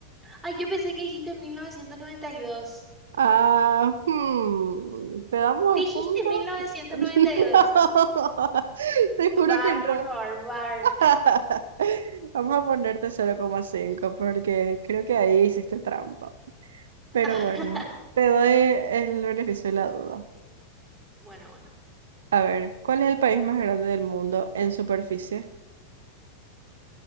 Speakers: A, in the centre; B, on the right.
A: Ay, yo pensé que dijiste 1992.
B: Ah, hmm, ¿te damos
A: Dijiste
B: el punto?
A: 1992.
B: <laughs> No, te juro
A: Bar,
B: que no.
A: por favor, bar.
B: <laughs> Vamos a ponerte 0,5 porque creo que ahí hiciste trampa. Pero
A: <laughs>
B: bueno, te doy el beneficio de la duda.
A: Bueno, bueno.
B: A ver, ¿cuál es el país más grande del mundo en superficie?